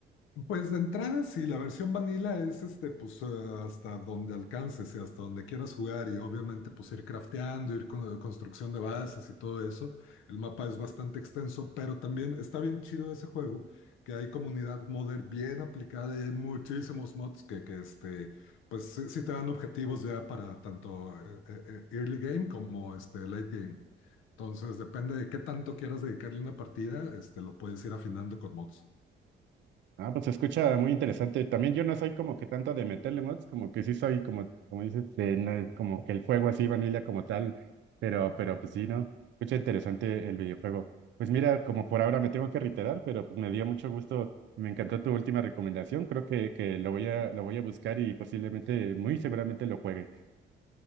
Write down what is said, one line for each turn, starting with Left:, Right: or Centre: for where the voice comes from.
Left: Pues de entrada, sí, la versión vanilla es este, pues eh, hasta donde alcances y hasta donde quieras jugar y obviamente pues ir crafteando, ir con construcción de bases y todo eso. El mapa es bastante extenso, pero también está bien chido ese juego, que hay comunidad modder bien aplicada y hay muchísimos mods que, que este, pues sí, sí te dan objetivos ya para tanto eh, eh, eh, early game como este, late game. Entonces, depende de qué tanto quieras dedicarle una partida, este, lo puedes ir afinando con mods.
Right: Ah, pues se escucha muy interesante. También yo no soy como que tanto de meterle mods, como que sí soy como, como dices, de na- como que el juego así, vanilla como tal, pero, pero pues sí, ¿no? Escucha interesante el videojuego. Pues mira, como por ahora me tengo que reiterar, pero pues me dio mucho gusto, me encantó tu última recomendación, creo que, que lo voy a, lo voy a buscar y posiblemente, muy seguramente lo juegue.